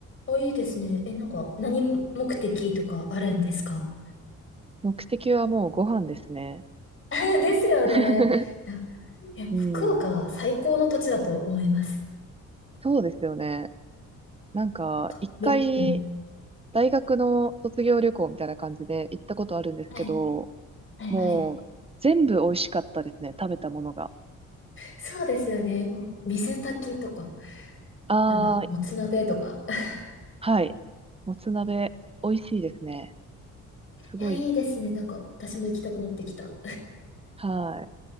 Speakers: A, on the left; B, on the right.
A: ーあ、いいですね。え、なんか、何目的とかあるんですか
B: 目的はもうご飯ですね。
A: <laughs> ですよね。
B: <laughs>
A: いや、いや、福岡は最高の土地だと思います。
B: うん、そうですよね。なんか、
A: かみ、
B: 一回、
A: うん。
B: 大学の卒業旅行みたいな感じで行ったことあるんですけど、
A: はい。はいはい。
B: もう、全部美味しかったですね。食べたものが。
A: そうですよね。もう水炊きとか、
B: あー、
A: なんだ、もつ鍋とか。<laughs>
B: はい。もつ鍋、美味しいですね。すごい。
A: いや、いいですね。なんか、私も行きたくなってきた。
B: はい。